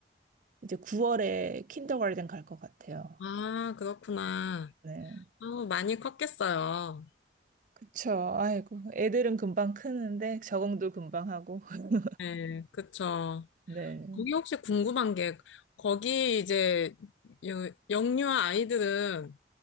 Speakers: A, on the right (about 45°); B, on the left (about 85°).
A: 이제 9월에 킨더가든 갈 것 같아요.
B: 아, 그렇구나.
A: 네,
B: 어, 많이 컸겠어요.
A: 그쵸. 아이고, 애들은 금방 크는데 적응도 금방 하고. <laughs>
B: 네, 그쵸.
A: 네.
B: 거기 혹시 궁금한 게, 거기 이제 여- 영유아 아이들은